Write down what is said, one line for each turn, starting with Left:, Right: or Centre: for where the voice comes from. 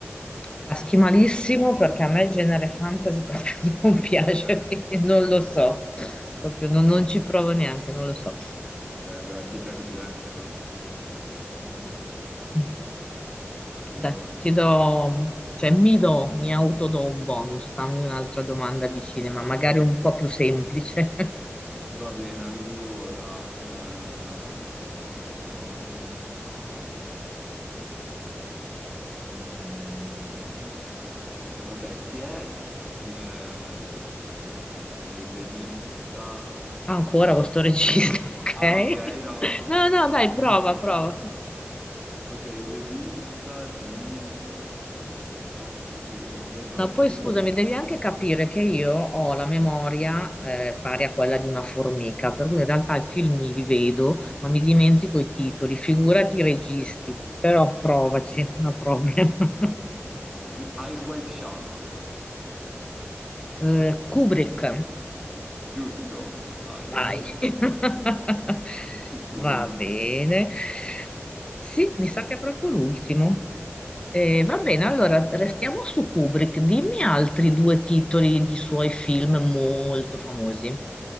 Left: Caschi malissimo perché a me il genere fantasy proprio <laughs> non
Centre: Ah.
Left: piace,
Centre: Ok.
Left: quindi non
Centre: Ah.
Left: lo so, proprio non,
Centre: Ah,
Left: non ci
Centre: ok,
Left: provo neanche, non lo so.
Centre: ok, beh, Peter Jackson, che... Mhm.
Left: Mm.
Centre: Allora,
Left: Dai, ti do, cioè mi do, mi autodo un bonus, fammi un'altra domanda di cinema,
Centre: ok,
Left: magari
Centre: <laughs>
Left: un po' più semplice. <laughs>
Centre: va bene, allora, eh, possiamo, potremmo fare... No, beh, questo... Mm, ok, vabbè, chi è il, ehm, il regista
Left: Ancora
Centre: di...
Left: questo regista, <laughs> ok?
Centre: Ah, ok, no.
Left: No, no, dai,
Centre: <laughs>
Left: prova, prova.
Centre: Ok, il regista di... No, beh, questo è troppo semplice. Volevo trovarne
Left: Ma poi
Centre: una.
Left: scusami, devi anche capire che io ho la memoria eh, pari a quella di una formica, per cui in realtà i film li vedo, ma mi dimentico i titoli, figurati i registi, però provaci,
Centre: Ah,
Left: no problem.
Centre: ok.
Left: <laughs>
Centre: Eh, di Eyes Wide Shut,
Left: Eh, Kubrick,
Centre: giusto? Dai,
Left: vai.
Centre: <laughs>
Left: <laughs>
Centre: il suo
Left: Va
Centre: ultimo.
Left: bene.
Centre: mi sa.
Left: Sì,
Centre: Mhm,
Left: mi sa che è proprio l'ultimo. Eh,
Centre: mhm.
Left: va bene, allora restiamo su Kubrick. Dimmi altri due titoli di suoi film molto famosi.